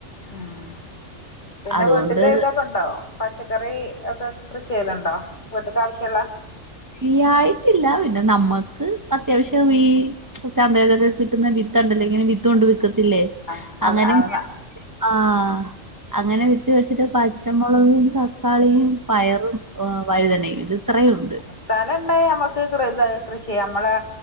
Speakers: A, on the left; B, on the right.
A: ആഹ് പിന്നെ
B: അതുകൊണ്ട്
A: വീട്ട്ല് ഇതൊക്കെ ഇണ്ടോ? പച്ചക്കറി ഒക്കെ കൃഷി ചെയ്യല്ണ്ടോ വീട്ട്ക്ക് ആവശ്യള്ള
B: കൃഷിയായിട്ടില്ല പിന്നെ നമ്മക്ക് അത്യാവശ്യം ഈ ചന്തന്നോക്കെ കിട്ടുന്ന വിതോണ്ടല്ലോഇങ്ങനെ വിത്ത് കൊണ്ട് വിക്കത്തില്ലേ
A: ആ അത്
B: അങ്ങനെ
A: ആ
B: ഞാ ആഹ് അങ്ങനെ വിത്ത്കൊണ്ട് വച്ചിട്ട് പച്ചമുളകും തക്കാളിയും പയറും വഴുതനയും ഇത് ഇത്രയുണ്ട്
A: സ്ഥലംണ്ടായ നമ്മക്ക് കൃത കൃഷിയ്യാം നമ്മളെ